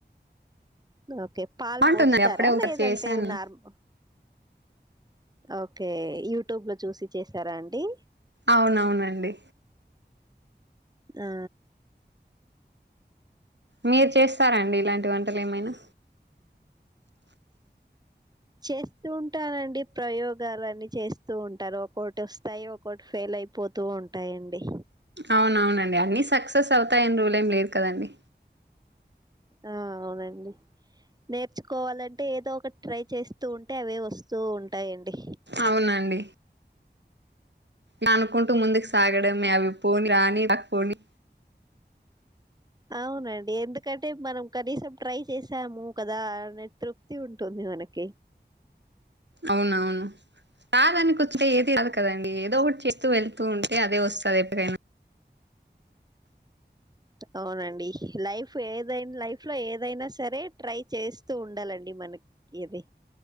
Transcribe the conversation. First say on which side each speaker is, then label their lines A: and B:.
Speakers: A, on the right; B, on the right.
A: ఓకే పాల్
B: బాగుంటుందండి
A: పోస్తారా
B: అప్పుడే ఒకసారి
A: లేదంటే
B: చేశాను
A: నార్మల్ ఓకే యూట్యూబ్ లో చూసి చేసారా అండి
B: అవునవును అండి
A: ఆ
B: మీరు చేస్తారండి ఇలాంటి వంటలు ఏమైనా
A: చేస్తూ ఉంటానండి ప్రయోగాలన్ని చేస్తూ ఉంటారు ఓక్కొటి వస్తాయి ఒకొటి ఫెయిల్ అయిపోతూ ఉంటాయండి
B: అవునవును అండి అన్ని సక్సెస్ అవుతాయని రూల్ ఏం లేదు కదండి
A: ఆ అవునండి నేర్చుకోవాలంటే ఏదో ఒకటి ట్రై చేస్తూ ఉంటే అవే వస్తూ ఉంటాయండి
B: అవునండి నానుకుంటూ ముందుకు సాగడమే అవి పోని రాని రాకపోని
A: అవునండి ఎందుకంటే మనం కనీసం ట్రై చేసాము కదా అనే తృప్తి ఉంటు ఉంది మనకి
B: అవును అవును రాదు అని కూర్చుంటే ఏది రాదు కాదా కదండి ఏదో ఒకటి చేస్తూ వెళ్తూ ఉం తే అదే వస్తది ఎప్పుడైనా
A: అవునండి లైఫ్ ఏదై లైఫ్ లో ఏదైనా సరే ట్రై చేస్తూ ఉండాలండి మన ఇది